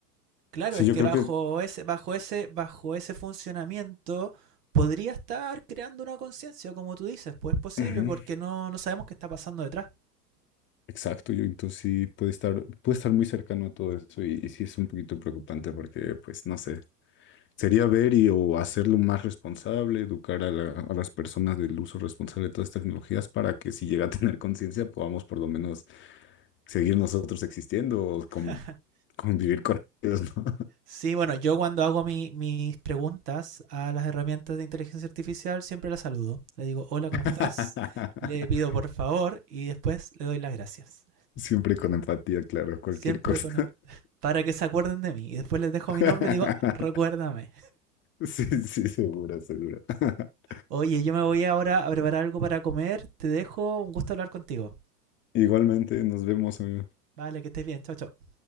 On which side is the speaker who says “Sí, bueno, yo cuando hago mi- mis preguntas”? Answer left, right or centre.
Right